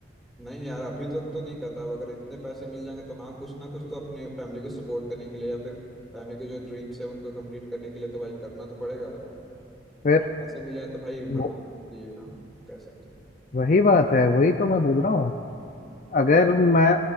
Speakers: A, in the centre; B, on the left.
A: नहीं यार अभी तक तो नहीं करता अब अगर इतने पैसे मिल जाएंगे तो हाँ कुछ ना कुछ तो अपने फैमिली को सपोर्ट करने के लिए या फिर फैमिली के जो ड्रीम्स है उनको कंप्लीट करने के लिए तो भाई करना तो पड़ेगा यार
B: फिर
A: अब पैसे मिले हैं तो भाई
B: वो-
A: भगवान दिए है ना कह सकते हैं
B: वही बात है वही तो मैं बोल रहा हूँ
A: हम्म,
B: अगर मैं